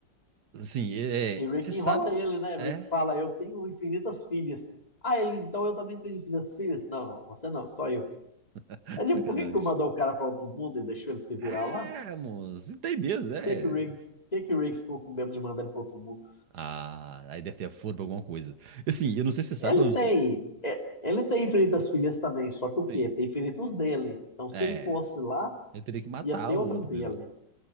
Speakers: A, on the right (about 65°); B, on the left (about 20°).
A: assim, é,
B: e
A: é,
B: Rick
A: você sabe
B: enrola
A: que
B: ele, né?
A: é
B: Rick fala: Eu tenho infinitas filhas. Ah, ele, então eu também tenho infinitas filhas? Não, não, você não, só eu.
A: <laughs>
B: Aí,
A: sacanagem.
B: tipo, por que que não mandou o cara pra outro mundo e deixou ele se virar
A: É,
B: lá?
A: moço, e tem mesmo, é.
B: Por que que o Rick, por que que o Rick ficou com medo de mandar ele pra outro mundo?
A: Ah, aí deve ter a furo pra alguma coisa. Assim, eu não sei se você sabe,
B: Ele
A: mas,
B: tem, é, ele tem infinitas filhas também, só que o quê?
A: sim,
B: Tem infinitos dele. Então, se
A: é,
B: ele fosse lá,
A: eu teria que matar
B: ia ter
A: o
B: outro
A: outro
B: dele.
A: dele.